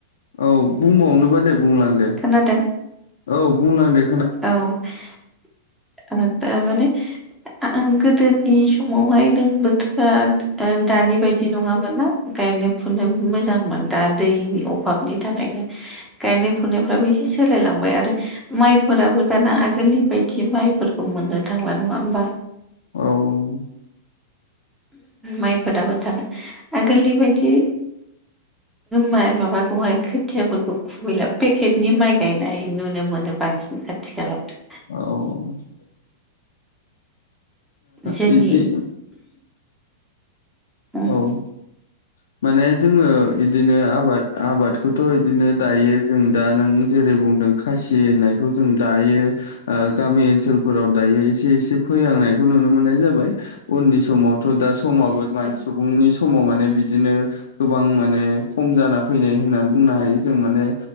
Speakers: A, on the left (about 85°); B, in the centre.
A: औ बुंबावनोबा दे बुंलां दे?
B: खोनादों?
A: औ बुंलांदे
B: औ थारमाने आं गोदोनि समावहाय नों बोथोरा ओ दानि बायदि नङामोन ना गायनो फुनो मोजांमोन दा दैनि अभाबनि थाखायनो गायनाय फुनायफ्राबो एसे सोलायलांबाय आरो माइ फोरफोराबो दाना आगोलनि बायदि माइफोरखौ मोननो थांला नङा होमबा?
A: औ-औ
B: माइफोराबो दान आगोलनि बायदि माइ माबाखौहाय खोथियाफोरखौ गैला पेकेटनि माइ गायनाय नुनो मोनो बांसिन आथिखालाव'
A: औ
B: जोंनि
A: बिदि
B: उम
A: औ माने जोङो इदिनो आबाद आबादखौथ' बिदिनो दायो जों दा नों जेरै बुंदों खासि होननायखौ जों दायो गामि ओनसोलफोराव दायो एसे एसे फैहांनायखौ नुनो मोननाय जाबाय उननि समाव थ' दा समावबो म
B: औ
A: सुबुंनि समाव माने बि बिदिनो गोबां माने खम जाना फैनाय होननानै बुंनो हायो जों माने